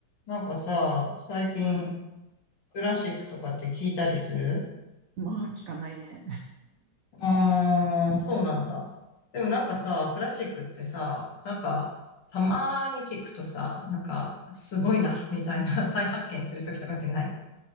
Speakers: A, on the left; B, on the right.
A: なんかさ、最近
B: うん。
A: クラシックとかって聞いたりする
B: まあ、聞かないね。
A: ああー、そうなんだ。でもなんかさ、クラシックってさ、なんか、たまーに聞くとさ、なんか、すごいな、みたいな <laughs> 再発見するときとかってない